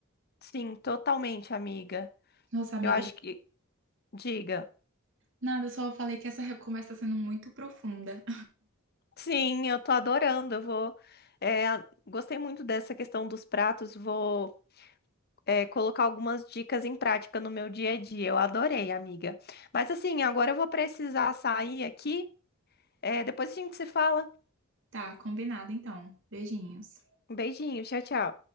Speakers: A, on the left (about 50°); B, on the right (about 65°).
A: Sim, totalmente, amiga.
B: Nossa, amiga,
A: Eu acho que, diga,
B: nada, só falei que essa conversa está sendo muito profunda.
A: sim, eu tô adorando. Eu vou, é, gostei muito dessa questão dos pratos. Vou, é, colocar algumas dicas em prática no meu dia a dia. Eu adorei, amiga. Mas assim, agora eu vou precisar sair aqui. É, depois a gente se fala.
B: Tá, combinado então. Beijinhos.
A: Um beijinho, tchau, tchau.